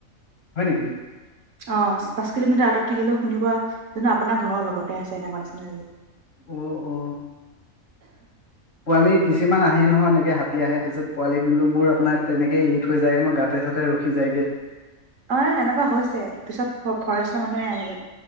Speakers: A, on the left (about 50°); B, on the right (about 65°).
A: হয় নেকি
B: অ পাঁচ কিলোমিটাৰ আঁত থাকিলেও শুনিবা কিন্তু আপোনাৰ ঘৰৰ লগতে আছে এনেকুৱা লাগিব
A: অ অ পোৱালি কিছুমান আহে নহয় এনেকে হাত হাতি আহে তাৰপিছত পোৱালী বিলাক বোৰ আপোনাৰ তেনেকেই এৰি থৈ যায়গে মই গাঁতে চাতে ৰখি যায়গৈ
B: অ এনেকুৱা হৈছে পিছত ফৰেষ্ট মানুহে আহি